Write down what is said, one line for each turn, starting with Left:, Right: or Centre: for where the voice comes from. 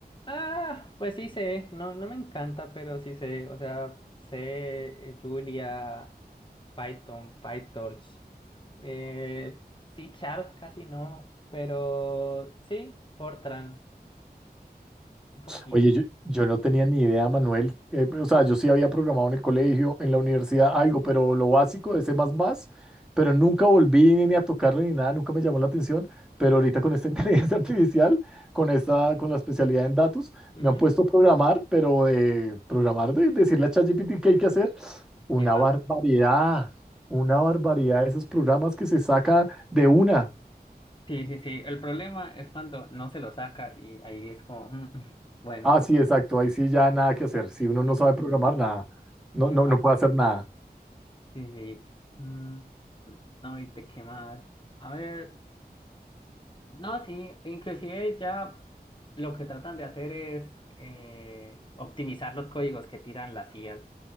Left: ah, pues sí sé, no, no me encanta, pero sí sé, o sea, sé eh, Julia, Python, PyTorch, eh, C Sharp casi no, pero sí, Fortran, un poquito.
Centre: Oye, yo, yo no tenía ni idea, Manuel. eh, o sea, yo sí había programado en el colegio, en la universidad, algo, pero lo básico de C++, pero nunca volví ni a tocarlo ni nada, nunca me llamó la atención. Pero ahorita con esta <laughs> inteligencia artificial, con esta, con la especialidad en datos,
Left: Ujú.
Centre: me han puesto a programar, pero de programar, de decirle a ChatGPT qué hay que hacer, una
Left: Epa,
Centre: barbaridad, una barbaridad de esos programas que se saca de una.
Left: sí, sí, sí. El problema es cuando no se lo saca y ahí es como, mm, <laughs> bueno,
Centre: Ah, sí, exacto, ahí sí ya nada que hacer. Si uno no
Left: sí,
Centre: sabe
Left: sí,
Centre: programar,
Left: sí,
Centre: nada, no,
Left: epa,
Centre: no, no puede hacer nada.
Left: sí, sí. Mm, no, ¿y te qué más? A ver. No, sí, inclusive ya lo que tratan de hacer es eh, optimizar los códigos que tiran las IAs.